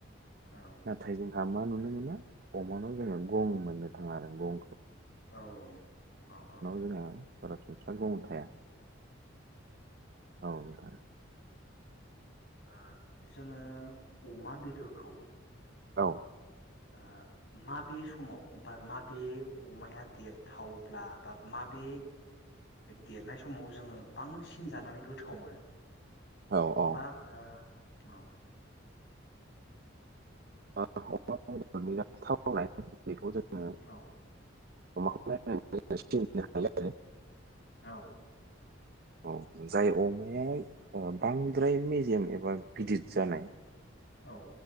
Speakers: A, on the left; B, on the right.
A: औ
B: नाथाय जोंहा मा नुनो। मोना अमानाव जोङो। गं मोननो थाङा आरो गं
A: औ औ औ औ
B: जोंहा सरासनस्रा गं थाया। औ नोंथां
A: ओ जोङो अमा बेदरखौ
B: औ
A: ओ माबे समाव बा माबे अमाया देरथावब्ला बा माबे देरनाय समाव जोङो बांसिन जानानै गोथाव मोनो?
B: औ औ
A: बा ओ माव
B: <unintelligible> बेखौ जों
A: औ
B: <unintelligible>
A: औ
B: औ जाय अमाया बांद्राय मेजेम एबा गिदिद जानाय
A: औ